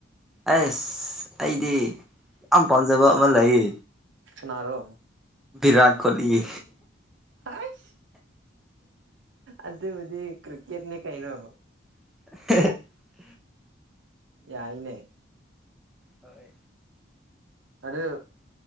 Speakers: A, in the centre; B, on the right.
A: ꯑꯁ ꯑꯩꯗꯤ ꯌꯥꯝ ꯄꯥꯝꯖꯕ ꯑꯃ ꯂꯩꯌꯦ
B: ꯁꯅꯔꯣ
A: ꯔꯥꯠ ꯀꯣꯍꯂꯤ
B: ꯑꯗꯨ ꯑꯗꯨ ꯍꯧꯗꯤ ꯀ꯭ꯀꯦꯠꯅꯦ ꯀꯩꯅꯩꯅꯣ
A: <inaudible>
B: ꯌꯥꯏꯅꯦ
A: ꯍꯣꯏ
B: ꯑꯗꯨ